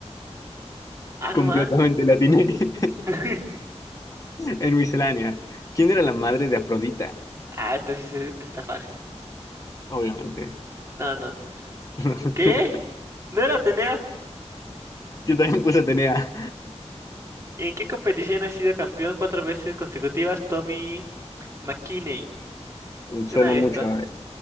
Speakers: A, on the right; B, on the left.
A: Ah,
B: Completamente
A: no más.
B: la tiene <laughs>
A: <laughs>
B: en miscelánea. ¿Quién era la madre de Afrodita?
A: Ah, esto sí, se- esto está fácil.
B: Obviamente.
A: No, no.
B: <laughs>
A: ¿Qué? ¿No la tenía.
B: Yo también puse Atenea.
A: ¿En qué competición ha sido campeón cuatro veces consecutivas Tommy McKinney? Suena
B: Suena
A: a
B: mucho
A: esto.
B: a